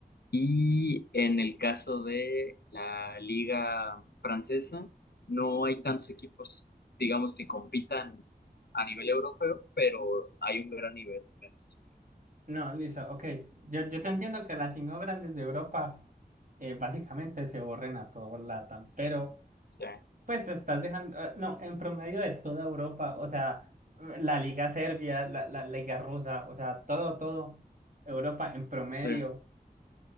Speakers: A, on the left; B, on the right.
A: y en el caso de la liga francesa, no hay tantos equipos, digamos, que compitan a nivel europeo, pero hay un gran nivel también.
B: No, listo, ok. Yo, yo te entiendo que las cinco grandes de Europa eh, básicamente se borren a todo LATAM, pero
A: Sí,
B: pues te estás dejando, eh, no, en promedio de toda Europa, o sea, la Liga Serbia, la, la Liga Rusa, o sea, todo, todo Europa en promedio
A: sí.